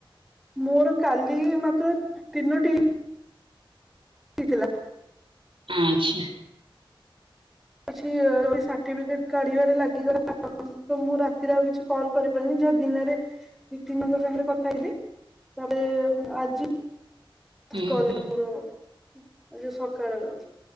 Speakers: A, in the centre; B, on the right (about 70°).
A: ମୋର କାଲି ମାତ୍ର ତିନୋଟି। ହେଇଥିଲା।
B: ଆଚ୍ଛା।
A: କିଛି ରହି ସାଠିଫିକେଟ କାଢିବାରେ ଲାଗିଗଲା ମୁଁ ରାତିରେ ଆଉ କିଛି। କଲ କରିପାରିନି ଯାହା ଦିନରେ ଦି ତିନ ଜଣଙ୍କ ସାଙ୍ଗରେ କଥା ହେଇଥିଲି ତାପରେ ଉଁ ଆଜି।
B: ହୁଁ
A: କଲେ
B: ହୁଁ।
A: ମୋର ଆଜି ସକାଳର।